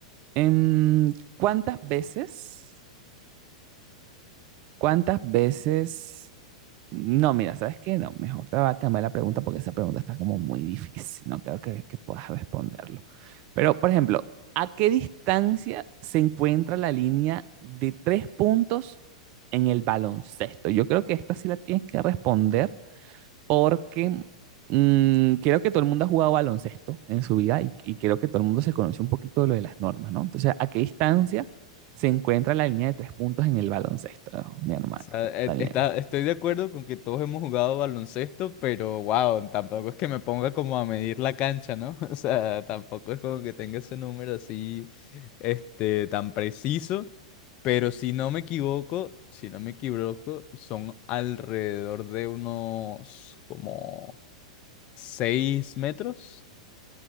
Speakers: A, on the right (about 45°); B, on the left (about 40°).
A: em, ¿cuántas veces, cuántas veces No, mira, ¿sabes qué? No, mejor te va a cambiar la pregunta porque esa pregunta está como muy difícil. No creo que, que puedas responderlo. Pero, por ejemplo, ¿a qué distancia se encuentra la línea de tres puntos en el baloncesto? Yo creo que esta sí la tienes que responder porque mm, creo que todo el mundo ha jugado baloncesto en su vida y, y creo que todo el mundo se conoce un poquito de lo de las normas, ¿no? Entonces, ¿a qué distancia se encuentra la línea de tres puntos en el baloncesto, mi hermano
B: O sea, e-
A: Daniel?
B: está, estoy de acuerdo con que todos hemos jugado baloncesto, pero wow, tampoco es que me ponga como a medir la cancha, ¿no? <laughs> O sea, tampoco es como que tenga ese número así, este, tan preciso. Pero si no me equivoco, si no me equivoco, son alrededor de unos como seis metros.